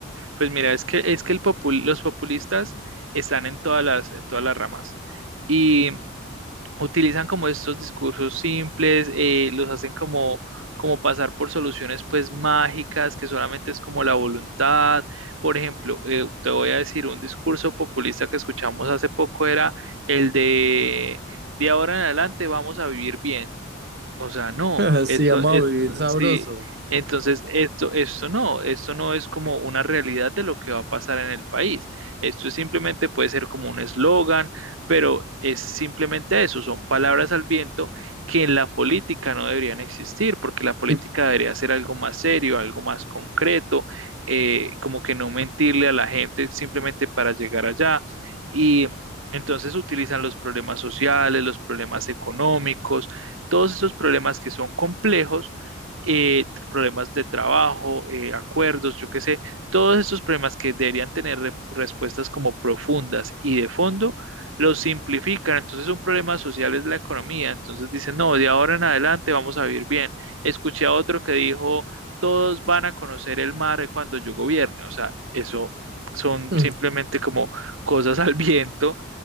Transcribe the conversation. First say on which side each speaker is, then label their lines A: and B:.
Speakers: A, on the right; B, on the right.
A: pues mira, es que, es que el popul- los populistas están en todas las, en todas las ramas. Y utilizan como estos discursos simples, eh, los hacen como, como pasar por soluciones pues mágicas, que solamente es como la voluntad. Por ejemplo, eh, te voy a decir un discurso populista que escuchamos hace poco era el de de ahora en adelante vamos a vivir bien. O sea, no,
B: <laughs>
A: esto,
B: sí, vamos
A: esto,
B: a vivir sabroso.
A: sí, entonces esto, esto no, esto no es como una realidad de lo que va a pasar en el país. Esto es simplemente puede ser como un eslogan, pero es simplemente eso, son palabras al viento que en la política no deberían existir, porque la política
B: Y,
A: debería ser algo más serio, algo más concreto, eh, como que no mentirle a la gente simplemente para llegar allá. Y entonces utilizan los problemas sociales, los problemas económicos todos esos problemas que son complejos, eh, problemas de trabajo, eh, acuerdos, yo qué sé, todos esos problemas que deberían tener re- respuestas como profundas y de fondo, los simplifican. Entonces un problema social es la economía. Entonces dicen, no, de ahora en adelante vamos a vivir bien. Escuché a otro que dijo, todos van a conocer el mar cuando yo gobierne. O sea, eso son
B: <laughs> mm,
A: simplemente como cosas al viento